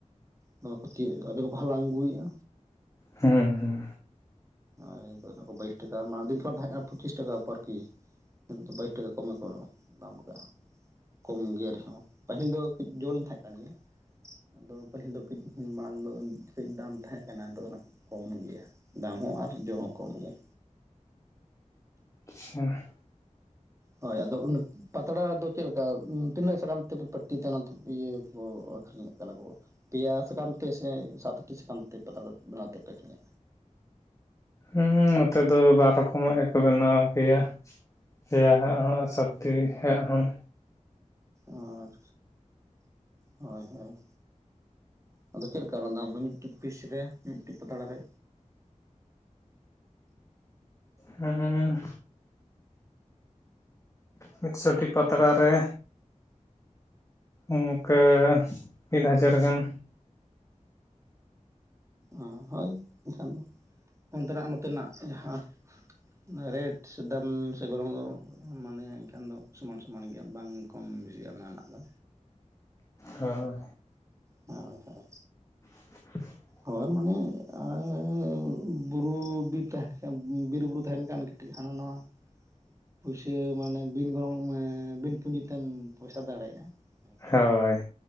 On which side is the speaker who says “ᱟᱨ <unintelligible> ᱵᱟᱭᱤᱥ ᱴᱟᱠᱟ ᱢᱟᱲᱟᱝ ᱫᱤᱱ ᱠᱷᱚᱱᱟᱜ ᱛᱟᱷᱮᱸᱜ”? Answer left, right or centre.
Right